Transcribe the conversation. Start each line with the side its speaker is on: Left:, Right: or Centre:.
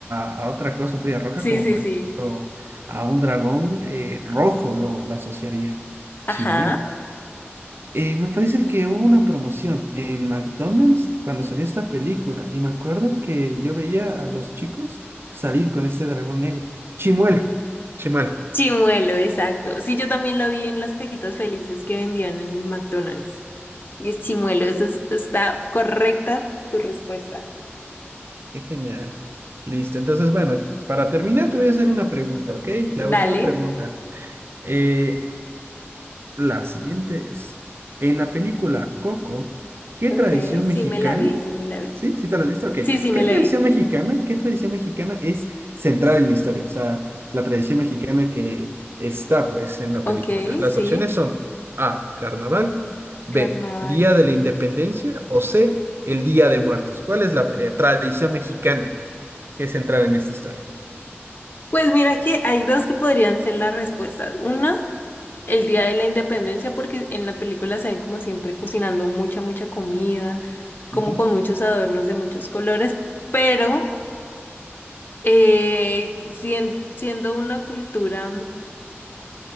Right: a, a otra cosa, Furia Roja,
Left: Sí,
Right: como
Left: sí,
Right: por
Left: sí.
Right: ejemplo a un dragón eh, rojo lo, lo asociaría.
Left: Ajá.
Right: Chimuelo. Eh, me parece que hubo una promoción en McDonald's cuando salió esta película y me acuerdo que yo veía a los chicos salir con este dragón negro. Chimuelo. Chimuelo.
Left: Chimuelo, exacto. Sí, yo también lo vi en las cajitas felices que vendían en el McDonald's. Y es chimuelo, eso es- está correcta tu respuesta.
Right: Qué genial. Listo. Entonces, bueno, para terminar, te voy a hacer una pregunta, ¿ok? La
Left: Dale.
Right: última pregunta. Eh, la siguiente es, en la película Coco, ¿qué
Left: Ok,
Right: tradición mexicana?
Left: sí me la vi, sí me la vi.
Right: ¿Sí? ¿Sí te la has visto? Ok.
Left: Sí, sí
Right: ¿Qué
Left: me la
Right: tradición
Left: vi.
Right: mexicana? ¿Qué tradición mexicana es central en la historia? O sea, la tradición mexicana que está, pues, en la
Left: Ok,
Right: película. Las
Left: sí.
Right: opciones son A, carnaval, B,
Left: Carnaval.
Right: Día de la Independencia o C, el Día de Muertos. ¿Cuál es la eh, tradición mexicana? que es central en esta historia.
Left: Pues mira que hay dos que podrían ser las respuestas. Una, el Día de la Independencia, porque en la película se ve como siempre cocinando mucha, mucha comida, como
Right: Ujú,
Left: con muchos adornos de muchos colores, pero eh, sien- siendo una cultura mm,